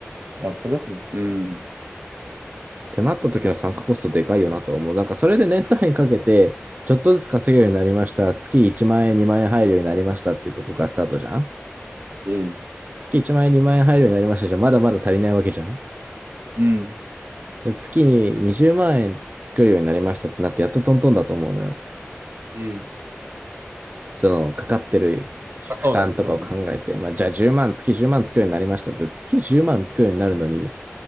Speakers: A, on the right; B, on the right.
A: わかりますね。うん。
B: てなった時の参加コストでかいよなとは思う。なんかそれで年単位かけて、ちょっとずつ稼げるようになりました。月1万円、2万円入るようになりましたっていうところからスタートじゃん
A: うん、
B: 月1万円、2万円入るようになりましたじゃん。まだまだ足りないわけじゃん。
A: うん、
B: で月に20万円作るようになりましたってなって、やっとトントンだと思うのよ。
A: うん。
B: その、かかってる負担とかを考えて、
A: あ、そうだね、そうだね。
B: まあ、じゃあ1万、月10万作るようになりましたって、月10万作るようになるのに、